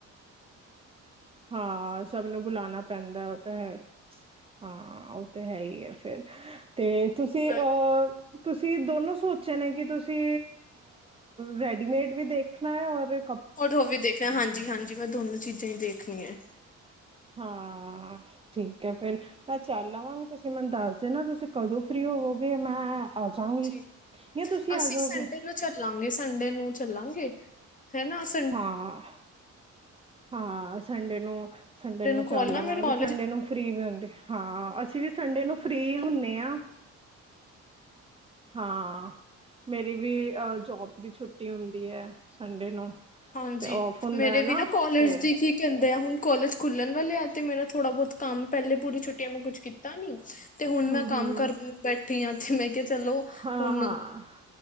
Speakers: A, on the right; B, on the left.
A: ਹਾਂ ਸਭ ਨੂੰ ਬੁਲਾਉਣਾ ਪੈਂਦਾ ਉਹ ਤਾਂ ਹੈ ਹਾਂ ਉਹ ਤਾਂ ਹੈ ਹੀ ਹੈ ਫੇਰ ਤੇ ਤੁਸੀਂ
B: ਮੈਂ
A: ਅਹ ਤੁਸੀਂ ਦੋਨੋਂ ਸੋਚੇ ਨੇ ਕਿ ਤੁਸੀਂ ਰੈਡੀਮੇਡ ਵੀ ਦੇਖਣਾ ਹੈ ਔਰ
B: ਹੋਰ ਹੋ ਵੀ ਦੇਖਣਾ ਹਾਂਜੀ ਹਾਂਜੀ ਮੈਂ ਦੋਨੋ ਚੀਜ਼ਾਂ ਹੀ ਦੇਖਣੀ ਹੈ
A: ਹਾਂ ਠੀਕ ਹੈ ਫੇਰ ਮੈਂ ਚੱਲ ਆਵਾਂਗੀ ਤੁਸੀਂ ਮੈਨੂੰ ਦੱਸ ਦਿ ਨਾ ਤੁਸੀਂ ਕਦੋਂ ਫਰੀ ਹੋ ਗਏ ਮੈਂ ਆ ਜਾਂਗੀ
B: ਜੀ
A: ਜਾਂ ਤੁਸੀਂ ਆ
B: ਅਸੀਂ
A: ਜਾਓਗੇ
B: ਸੰਡੇ ਨੂੰ ਚੱਲਾਂਗੇ ਸੰਡੇ ਨੂੰ ਚੱਲਾਂਗੇ ਹਨਾ ਸੰਡੇ
A: ਹਾਂ ਹਾਂ ਸੰਡੇ ਨੂੰ ਸੰਡੇ ਨੂੰ
B: ਕਾਲ
A: ਚੱਲ
B: ਨਾ
A: ਲਵਾਂਗੇ
B: ਮੇਰੇ ਕਾਲਜ
A: ਸੰਡੇ ਨੂੰ ਫ੍ਰਰੀ ਵੀ ਹੁੰਦੀ ਹਾਂ ਅਸੀਂ ਵੀ ਸੰਡੇ ਨੂੰ ਫ੍ਰਰੀ ਹੁੰਦੇ ਆ ਹਾਂ ਮੇਰੀ ਵੀ ਅਹ ਜੋਬ ਦੀ ਛੁੱਟੀ ਹੁੰਦੀ ਹੈ ਸੰਡੇ ਨੂੰ
B: ਹਾਂਜੀ
A: ਤੇ ਔਫ ਹੁੰਦਾ
B: ਮੇਰੇ
A: ਹੈ
B: ਵੀ ਨਾ ਕੋਲਜ
A: ਤੇ
B: ਦੀ ਕੀ ਕਹਿੰਦੇ ਆ ਹੁਣ ਕੋਲਜ ਖੁੱਲਣ ਵਾਲੇ ਆ ਤੇ ਮੇਰਾ ਥੋੜ੍ਹਾ ਬਹੁਤ ਕੰਮ ਪਹਿਲੇ ਪੂਰੀ ਛੁੱਟੀਆ ਮੈਂ ਕੁਛ ਕੀਤਾ ਨੀ ਤੇ ਹੁਣ
A: ਹਮ
B: ਮੈਂ ਕੰਮ
A: ਹਮ
B: ਕਰਨ ਬੈਠੀ ਆਾਂ ਤੇ ਮੈਂ ਕਿਹਾ ਚਲੋ
A: ਹਾਂ
B: ਹੁਣ
A: ਹਾਂ